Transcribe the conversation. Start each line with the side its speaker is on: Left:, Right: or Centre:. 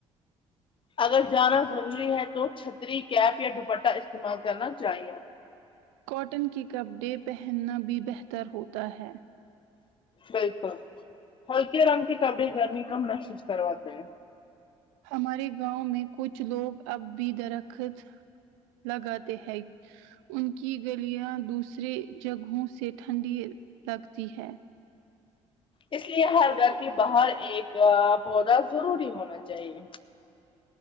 Left: اگر جانا ضروری ہے تو چھتری کیپ یا دوپٹہ استعمال کرنا چاہیے
Right: کاٹن کے کپڑے پہننا بھی بہتر ہوتا ہے
Left: بالکل ہلکے رنگ کے کپڑے گرمی کم محسوس کرواتے ہیں
Right: ہمارے گاؤں میں کچھ لوگ اب بھی درخت لگاتے ہیں ان کی گرمیاں دوسرے جگہوں سے ٹھنڈی لگتی ہے
Left: اس لیے ہر گھر کے باہر ایک پودا ضروری ہونا چاہیے